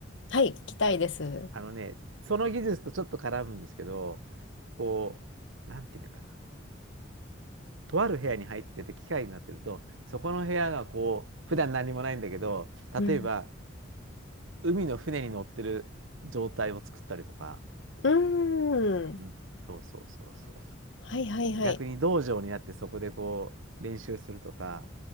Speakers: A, on the left (about 70°); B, on the right (about 80°).
A: はい、聞きたいです。
B: あのね、その技術とちょっと絡むんですけど、こう、なんていうのかな。とある部屋に入ってて機械になってると、そこの部屋がこう、普段何もないんだけど、
A: うん。
B: 例えば海の船に乗ってる状態を作ったりとか、
A: うーん。
B: うんそうそうそうそ
A: はいはいはい。
B: う。逆に道場になってそこでこう練習するとか、